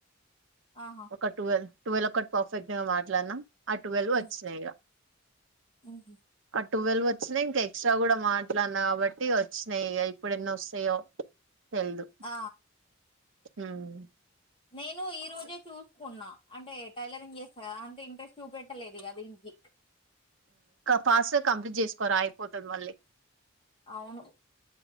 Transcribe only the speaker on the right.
ఒక టువెల్వ్ ట్వెల్వ్ ఒకటి పర్ఫెక్ట్ గా మాట్లాడునా ఆ ట్వెల్వ్
వచ్చినాయి ఇగ
ట్వెల్వ్ వచ్చినాయి ఇంక ఎక్స్ట్రా కూడా మాట్లాడిన కాబట్టి వచ్చినాయి ఇగా ఇప్పుడు ఎన్నీ వస్తాయో తెలీదు
ఉమ్
ఫాస్ట్గా కంప్లీట్ చేసుకోరా అయిపోతుది మళ్ళీ